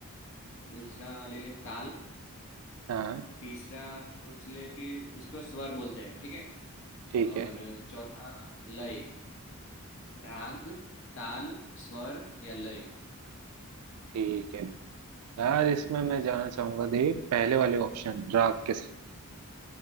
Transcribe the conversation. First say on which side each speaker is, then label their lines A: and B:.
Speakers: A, on the left (about 55°); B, on the right (about 80°).
A: दूसरा ले ले ताल
B: हाँ
A: तीसरा सोच ले कि उसको स्वर बोलते हैं ठीक है
B: ठीक
A: और
B: है
A: चौथा लय राग ताल स्वर या लय
B: ठीक है यार इसमें मैं जाना चाहूंगा देख पहले वाले ऑप्शन राग के साथ